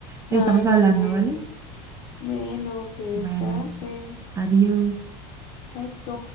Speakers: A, on the right (about 20°); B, on the left (about 50°).
A: Estamos
B: Ah, igualmente.
A: hablando, ¿vale?
B: Bueno, que descanses.
A: Bueno, adiós.
B: Chaito.